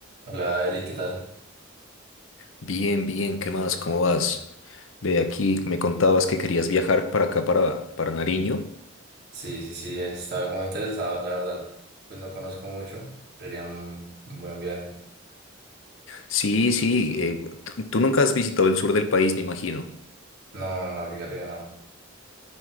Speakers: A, on the right; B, on the left.
A: Hola Eri, ¿qué tal?
B: Bien, bien, ¿qué más? ¿Cómo vas? Ve, aquí me contabas que querías viajar para acá, para, para Nariño.
A: Sí, sí, sí, estaba como interesado, la verdad. Pues no conozco mucho, sería un, un buen viaje.
B: Sí, sí, eh, t- tú nunca has visitado el sur del país, me imagino.
A: No, no, fíjate que no.